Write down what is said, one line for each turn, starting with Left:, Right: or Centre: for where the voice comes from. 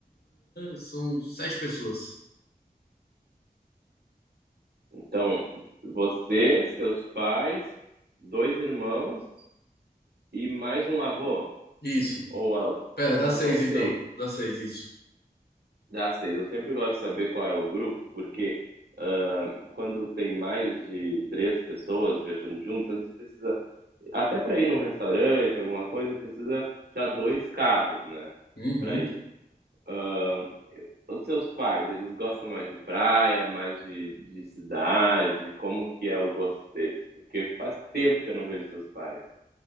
Left: São sete pessoas.
Right: Então, você, seus pais, dois irmãos e mais um avô?
Left: Isso.
Right: Ou a-
Left: Pera, dá
Right: então
Left: seis
Right: são seis,
Left: então. Dá seis, isso.
Right: dá seis. Eu sempre gosto de saber qual é o grupo, porque ah, quando tem mais de três pessoas viajando juntas, às vezes precisa, até para ir num restaurante, alguma coisa, precisa já dois carros, né?
Left: Uhum.
Right: Para ir. Hã, os seus pais, eles gostam mais de praia, mais de de cidade? Como que é o gosto deles? Porque faz tempo que eu não vejo seus pais.